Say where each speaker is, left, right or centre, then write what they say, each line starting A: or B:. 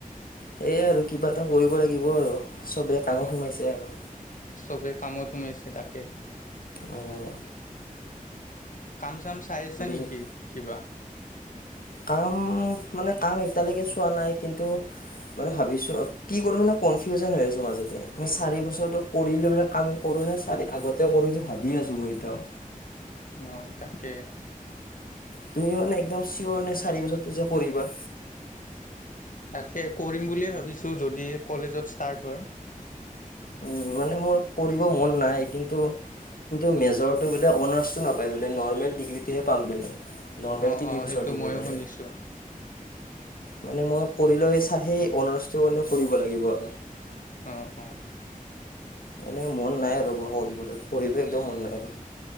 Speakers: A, on the left (about 80°); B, on the left (about 60°).
A: সেয়াই আৰু কিবা এটা কৰিব লাগিব আৰু। চবেই কামত
B: অহ'
A: সোমাইছে আৰু
B: চবে কামত সুমাইছে তাকে।
A: অহ'।
B: কাম চাম চাই আছা নেকি
A: জল্দি
B: কিবা।
A: কাম মানে কাম এতিয়ালৈকে চোৱা নাই, কিন্তু মানে ভাবিছো কি কৰো মানে কনফিজন হৈ আছো মাজতে, চাৰি বছৰটো কৰিলোৱেই কাম কৰ চাৰি আগতে কৰোটো ভাবি আছো মই এতিয়াও
B: অঁ তাকে
A: তুমি মানে একদম চিয়ৰ নে চাৰি বছৰ যে কৰিবা
B: তাকে কৰিম বুলিয়ে ভাবিছোঁ যদি কলেজত ষ্টাৰ্ট হয়
A: উম, মানে মোৰ কৰিব মন নাই কিন্তু কিন্তু মেজৰটো বোলে অনাৰ্ছটো নাপায় বোলে নৰ্মেল ডিগ্ৰীটোহে পাম বলে নৰ্মেল
B: অঁ
A: তিনি
B: অঁ
A: বছৰ
B: সেইটো
A: দুবৰিলে
B: ময়ো শুনিছোঁ
A: মানে মই কৰি লৈ চাই সেই অনাৰ্চটো কৰিব লাগিব আৰু
B: অঁ অঁ
A: এনেক মন নাই আৰু মই পঢ়িবলৈ পঢ়িব একদম মন নাই আৰু